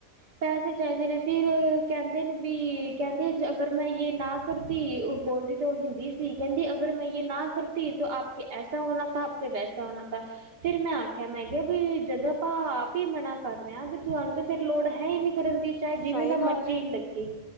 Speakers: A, on the right (about 90°); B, on the left (about 55°).
A: ਪੈਸੇ ਚਾਹੀਦੇ ਨੇ ਸੀ ਫਿਰ ਕਹਿੰਦੇ ਨੇ ਵੀ ਕਹਿੰਦੇ ਅਗਰ ਮੈਂ ਯ ਨਾ ਕਰਤੀ ਉਹ ਬੋਲਦੀ ਤਾਂ ਉਹ ਹਿੰਦੀ ਸੀ ਕਹਿੰਦੀ ਅਗਰ ਮੈਂ ਯ ਨਾ ਕਰਤੀ ਤਾਂ ਆਪ ਕੇ ਐਸਾ ਹੋਣਾ ਥਾ ਆਪ ਕੇ ਵੈਸਾ ਹੋਣਾ ਥਾ ਫਿਰ ਮੈਂ ਆਖਿਆ ਮੈਂ ਕਿਹਾ ਵੀ ਜਦ ਆਪਾਂ ਆਪ ਹੀ ਮਨਾ ਕਰ ਰਹੇ ਹਾਂ ਤੁਹਾਨੂੰ ਤਾਂ ਫਿਰ ਲੋੜ ਹੈਨੀ ਕਰਨ ਦੀ ਚਾਹੇ ਜਿਵੇਂ
B: ਸਹੀ
A: ਦਾ ਮਰਜ਼ੀ
B: ਗੱਲ ਏ।
A: ਲੱਗੇ